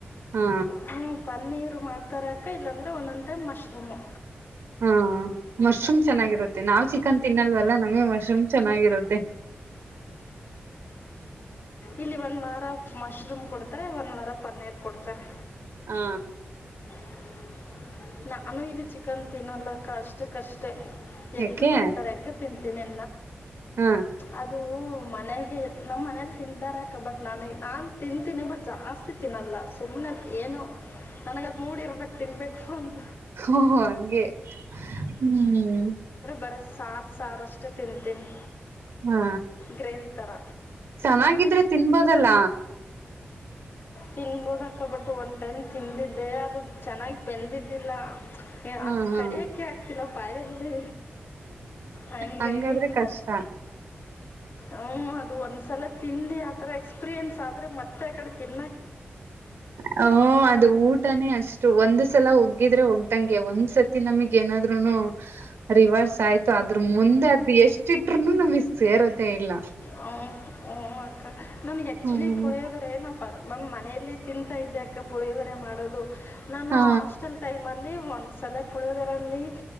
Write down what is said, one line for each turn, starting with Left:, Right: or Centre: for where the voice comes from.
Right: ಹಾ
Left: ಹ್ಞೂ ಪನ್ನೀರು ಮಾಡ್ತಾರಕ್ಕ ಇಲ್ಲಾಂದ್ರೆ ಒಂದೊಂದು ಟೈಮ್ ಮಶ್ರೂಮು.
Right: ಹ್ಮ್. ಹ ಮಶ್ರೂಮ್ ಚೆನ್ನಾಗಿರುತ್ತೆ ನಾವ್ ಚಿಕನ್ ತಿನ್ನಲ್ವಲ್ಲ ನಮಗೆ ಮಶ್ರೂಮ್ ಚೆನ್ನಾಗಿರುತ್ತೆ.
Left: ಇಲ್ಲಿ ಒಂದು ವಾರ ಮಶ್ರೂಮ್ ಕೊಡ್ತಾರೆ ಒಂದ ವಾರ ಪ ಪನ್ನೀರ್ ಕೊಡ್ತಾರೆ.
Right: ಹಾ.
Left: <inaudible> ನಾನು ಇಲ್ಲಿ ಚಿಕನ್ ತಿನ್ನಲ್ಲಕ್ಕ ಅಷ್ಟಕ್ಕಷ್ಟೇ ಎಗ್
Right: ಯಾಕೆ
Left: ಕೊಡ್ತಾರೆ ಎಗ್ಗ ತಿಂತೀನಿ.
Right: ಹ
Left: ಅದು. ಮನೆಗೆ ನಮ್ಮ ಮನೇಲಿ ತಿಂತಾರೆ ಬಟ್ ನ ನಾನನ್ ತಿಂತೀನಿ ಬಟ್ ಜಾಸ್ ತಿನ್ನಲ್ಲ ಸುಮ್ನೆಲ್ಲಿ ಏನು ನನಗ ಅಲ್ಲಿ ಮೂಡಿ ಇರ್ಬೇಕು ತಿನ್ಬೇಕು ಅಂತ.
Right: ಹ ಹಂಗೆ ಹ್ಮ್.
Left: ಬರೆ ಸಾರು ಸಾರು ಅಷ್ಟೇ ತಿಂತೀನಿ.
Right: ಹಾ
Left: ಗ್ರೇವಿ ಥರ
Right: ಚೆನ್ನಾಗಿದ್ರೆ ತಿನ್ಬೋದಲ್ಲ.
Left: ತಿನ್ಬೋದಕ್ಕ ಬಟ್ ಒನ್ ಟೈಮ್ ತಿಂದಿದ್ದೆ ಅದು ಚೆನ್ನಾಗಿ ಬೆಂದಿದ್ದಿಲ್ಲ.
Right: ಹ್ಮ್
Left: ಅದ
Right: ಹ್ಮ್
Left: ಕಡಿಯಕೆ ಆಗ್ತಿಲ್ಲ ಬಾಯಲ್ಲಿ. ಹಂಗಾಗಿ.
Right: ಹಂಗಾದ್ರೆ ಕಷ್ಟ
Left: ಹ್ಮ್ ಅದು ಒಂದ್ಸಲ ತಿಂದ್ರೆ ಆತರ ಎಕ್ಸ್ಪೀರಿಯೆನ್ಸ್ ಆದ್ರೆ ಮತ್ತೆ ಆ ಕಡೆ ತಿನ್
Right: ಹ ಅದು ಊಟನೇ ಅಷ್ಟು ಒಂದು ಸಲ ಒಗ್ಗಿದ್ರೆ ಒಗ್ ಂಗೆ ಒಂದ್ಸತಿ ನಮಗ್ ಏನಾದ್ರುನು ರಿವರ್ಸ್ ಆಯ್ತು ಅದ್ರ ಮುಂದೆ ಅದು ಎಷ್ಟು. ಇಟ್ಟ್ರುನು ನಮಗ್ ಸೇರೋದೇ ಇಲ್ಲ.
Left: ಹ್ ಹಓ ಅಕ್ಕ ನನ್ಗೆ ಆಕ್ಚುಲಿ
Right: ಹ್ಮ್
Left: ಪುಳಿಯೋಗ್ರೆ ನಾ ನಮ್ಮ ಮನೆಯಲ್ಲಿ ತಿಂತಾ ಇದ್ದ್ಯಾಕ್ಕ ಪುಳಿಯಗೊರೆ ಮಾಡೋದು ನಾನು
Right: ಹಾ
Left: ಹಾಸ್ಟೆಲ್ ಟೈಮಲ್ ಒಂದ್ ಸತೋ ಪುಳಿಯೋಗರೆಲಿ